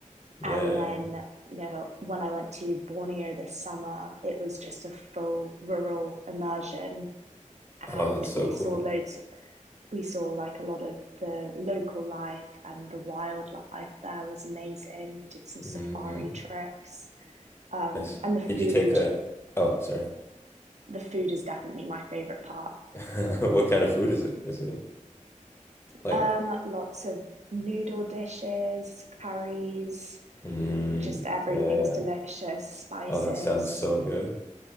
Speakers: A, on the left; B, on the right.
A: Yeah.
B: And then, you know, when I went to Borneo this summer, it was just a full rural immersion, and
A: Oh, that's so
B: we
A: cool.
B: saw loads. We saw like a lot of the local life and the wildlife there was amazing. We did some safari
A: Mm.
B: trips um,
A: Nice.
B: and the food.
A: Did you take a oh, sorry.
B: The food is definitely my favorite part.
A: <laughs> What kind of food is it? Is it like
B: Um, lots of noodle dishes, curries,
A: mm,
B: just everything's
A: yeah.
B: delicious, spices.
A: Oh, that sounds so good.